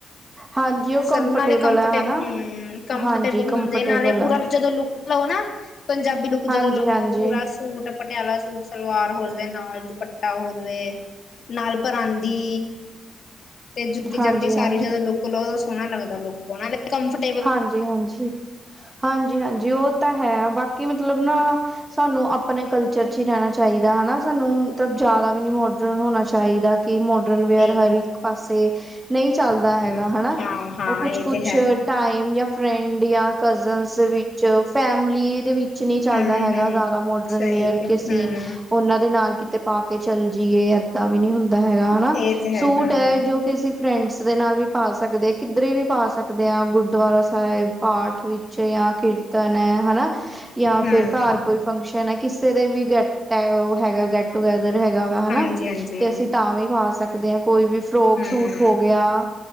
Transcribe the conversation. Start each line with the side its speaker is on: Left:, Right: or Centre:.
Right: ਹਾਂਜੀ ਉਹ
Left: ਸਭ ਨਾਲੇ ਕੰਫਰਟੇਬਲ,
Right: ਹੈ ਹਨਾ
Left: ਹੂੰ, ਕੰਫਰਟੇਬਲ
Right: ਹਾਂਜੀ ਕੰਫਰਟੇਬਲ
Left: ਹੁੰਦੇ ਨਾਲੇ ਪੂਰਾ
Right: ਹੈ
Left: ਜਦੋਂ ਲੁੱਕ ਲਵੋ ਨਾ, ਪੰਜਾਬੀ ਲੁੱਕ
Right: ਹਾਂਜੀ
Left: ਜਦੋਂ ਲਵੋ,
Right: ਹਾਂਜੀ
Left: ਪੂਰਾ ਸੂਟ ਪਟਿਆਲਾ ਸੂਟ ਸਲਵਾਰ ਹੋ ਜਵੇ, ਉਸ ਨਾਲ ਦੁਪੱਟਾ ਹੋ ਜਵੇ, ਨਾਲ ਪਰਾਂਦੀ ਤੇ ਜੁੱਤੀ-ਜਾਤੀ
Right: ਹਾਂਜੀ
Left: ਸਾਰੀ
Right: ਹਾਂਜੀ
Left: ਜਦੋਂ ਲੁੱਕ ਲਓ, ਤਾ ਸੋਹਣਾ ਲੱਗਦਾ ਲੁੱਕ, ਨਾਲੇ ਕੰਫਰਟ
Right: ਹਾਂਜੀ-ਹਾਂਜੀ, ਹਾਂਜੀ-ਹਾਂਜੀ ਉਹ ਤਾਂ ਹੈ ਬਾਕੀ ਮਤਲਬ ਨਾ ਸਾਨੂੰ ਆਪਣੇ ਕਲਚਰ'ਚ ਰਹਿਣਾ ਚਾਹੀਦਾ ਹਨਾ ਸਾਨੂੰ, ਮਤਲਬ ਜ਼ਿਆਦਾ ਵੀ ਨਹੀਂ ਮੋਡਰਨ ਹੋਣਾ ਚਾਹੀਦਾ। ਮੋਡਰਨ ਵੀਅਰ
Left: ਇਹ
Right: ਹਰ
Left: ਤੇ
Right: ਇੱਕ ਪਾਸੇ ਨਹੀਂ ਚੱਲਦਾ
Left: ਹੈ
Right: ਹੈਗਾ, ਹਣਾ,
Left: ਹਾਂ-ਹਾਂ
Right: ਉਹ ਕੁਛ-ਕੁਛ
Left: ਇਹ ਤੇ ਹੈ
Right: ਟਾਇ ਯਾ ਫਰੈਂਡ ਯਾ ਕਜ਼ਨ ਦੇ ਵਿੱਚ ਫੈਮਲੀ ਦੇ ਵਿੱਚ ਨਹੀਂ ਚੱਲਦਾ
Left: ਹੂੰ-ਹੂੰ
Right: ਹੈਗਾ, ਜ਼ਿਆਦਾ ਮੌਡ
Left: ਸਹੀ
Right: ਰਨ-ਵੀਅਰ
Left: ਕਿਹਾ
Right: ਕੇ ਸੀ।
Left: ਹੂੰ।
Right: ਓਹਨਾਂ ਦੇ ਨਾਲ ਕਿਤੇ ਪਾਕੇ ਚੱਲ ਜੀਏ, ਏਦਾਂ ਵੀ ਨੀ ਹੁੰਦਾ ਹੈਗਾ ਹਨਾ,
Left: ਇਹ ਤੇ
Right: ਸੂਟ
Left: ਹੈ ਹੂੰ
Right: ਐ ਜੋ ਅਸੀਂ ਫਰੈਂਡਸ ਦੇ ਨਾਲ ਵੀ ਪਾ ਸਕਦੇ, ਕਿੱਧਰੇ ਵੀ ਪਾ ਸਕਦੇ ਆਂ। ਗੁਰਦੁਆਰਾ ਸਾਹਿਬ, ਪਾਠ ਵਿੱਚ ਯਾ ਕੀਰਤਨ ਐ, ਹਨਾ ਯਾ
Left: ਹਮ
Right: ਫਿਰ ਘਰ ਕੋਈ ਫੰਕਸ਼ਨ ਐ ਕਿਸੇ ਦੇ ਵੀ, ਗੈਟ ਓ ਹੈਗਾ, ਗੈਟ ਟੂਗੈਦਰ ਹੈਗਾ ਵਾ ਹਨਾ।
Left: ਹਾਂਜੀ ਹਾਂਜੀ
Right: ਤੇ ਅਸੀਂ ਤਾਂ ਵੀ ਪਾ ਸਕਦੇ ਆ, ਕੋਈ ਵੀ ਫਰੋਕ
Left: ਹਮ
Right: ਸੂਟ ਹੋ ਗਿਆ।